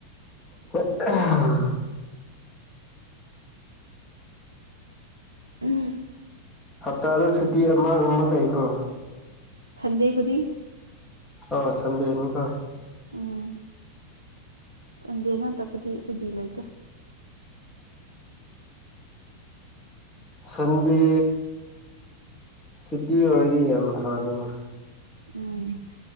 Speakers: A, on the left (about 15°); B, on the right (about 80°).
A: <unintelligible>
B: ꯎꯝ
A: ꯍꯞꯇꯥꯗ ꯁꯨꯇꯤ ꯑꯃꯒꯨꯝꯕ ꯂꯩꯕ꯭ꯔꯣ
B: ꯁꯟꯗꯦ ꯈꯨꯗꯤꯡ
A: ꯑꯣ ꯁꯟꯗꯦꯅꯤꯀꯣ
B: ꯎꯝ ꯁꯟꯗꯦ ꯅꯠꯇꯕꯗꯤ ꯁꯨꯇꯤ ꯂꯩꯇꯦ
A: ꯁꯟꯗꯦ ꯁꯨꯇꯤ ꯑꯣꯏꯔꯗꯤ ꯌꯥꯝ ꯐꯔꯦꯅꯦ
B: ꯎꯝ